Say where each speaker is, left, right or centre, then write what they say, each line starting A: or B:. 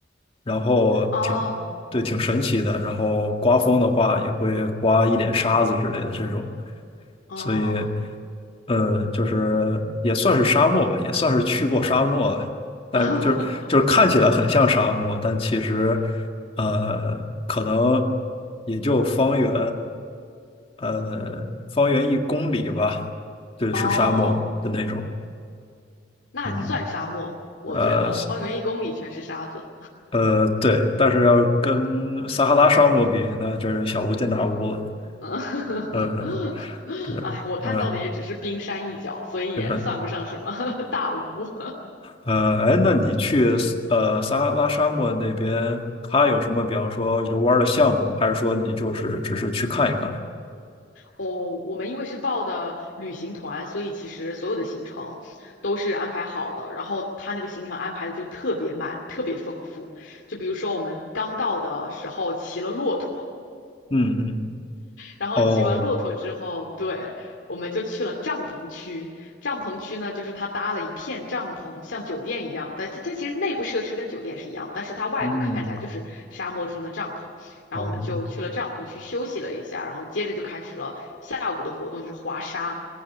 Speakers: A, on the left (about 30°); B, on the left (about 80°).
A: 然后挺，
B: 哦
A: 对，挺神奇的。然后刮风的话，也会刮一脸沙子之类的这种，
B: 哦，
A: 所以，呃，就是也算是沙漠吧，也算是去过沙漠了。但是就是就是看起来很像沙漠，
B: <laughs>
A: 但其实，呃，可能也就方圆，呃，方圆一公里吧，就是沙漠的那种。
B: 哦，那算沙漠，
A: 嗯，
B: 我觉得方圆一公里全是沙子。
A: 呃，呃，对，但是要跟撒哈拉沙漠比，那就是小巫见大巫了。
B: 嗯，<laughs>
A: 呃，对，
B: 哎，我看到的也只是冰山一角，
A: 嗯、
B: 所以也算不上什么
A: 就是
B: <laughs> 大屋。<laughs>
A: 呃，哎，那你去呃撒哈拉沙漠那边，它有什么，比方说游玩儿的项目，还是说你就是只是去看一看？
B: 哦，我们因为是报的旅行团，所以其实所有的行程都是安排好的。然后他那个行程安排的就特别满，特别丰富。就比如说我们刚到的时候骑了骆驼。
A: 嗯嗯，
B: 然后骑完骆驼之后，
A: 哦，
B: 对，我们就去了帐篷区。帐篷区呢，就是它搭了一片帐篷，像酒店一样，但是它它其实内部设施跟酒店是一样的，但是它外部看起来就是沙漠中的帐篷。
A: 嗯，
B: 然后我们就去了帐篷区休息了一下，
A: 哦，
B: 然后接着就开始了下午的活动，就是滑沙，